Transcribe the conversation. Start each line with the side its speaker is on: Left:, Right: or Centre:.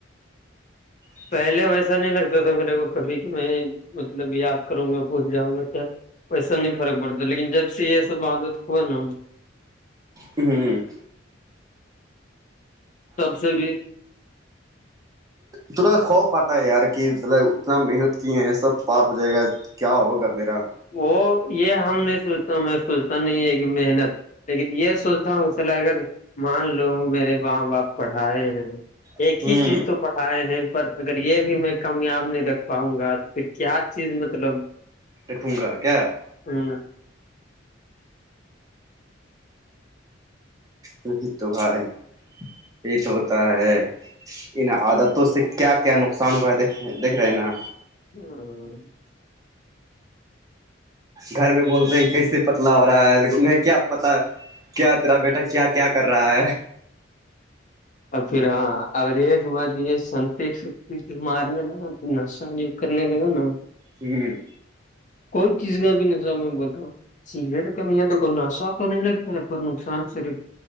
Right: ا
Left: پہلے ویسا نہیں لگتا تھا میرے کو کبھی کہ میں مطلب یاد کروں گا بھول جاؤں گا ویسا نہیں فرق پڑتا لیکن جب سے یہ سب آتا ہوا نا
Right: ہوں
Left: تب سے بھی
Right: تھڑا خوف آتا ہے یار کہ ملب اتنا محنت کی ہے سب پار ہو جائے گا کیا ہوگا میرا
Left: وہ یہ ہم نہیں سوچتا میں سوچتا نہیں ہے کہ محنت لیکن یہ سوچتا ہوں مصل اگر مان لو میرے ماں باپ پڑھائے ہیں ایک
Right: ہوں
Left: ہی چیز تو پ آائے ہیں پر اگر یہ بھی میں کامیاب نہیں رکھ پاؤں گا تو پھر کیا چیز مطلب
Right: رکھوں گا کیا
Left: ہوں
Right: نہیں تو بھائی یہ تو ہوتا ہے انن عادتوں سے کیا کیا نقصان ہوا ہے د دیکھ رہے ہیں نا
Left: ہاں
Right: گھر میں بولتے ہیں کیسے پتلا ہو رہا ہے انہیں کیا پتا کیا تیرا بیٹا کیا کیا کر رہا ہے
Left: اور پھر ہاں اور ایک بات یہ سنتی ستی پ مارنے لگا تو نقشہ کرنے لگا نا
Right: ہوں
Left: کوئی چیز کا بھی نظر میں بولتا ہوں سگریٹ کا نہیں د کوناسا تو نہیں لگتا ہے پر نقصان صرف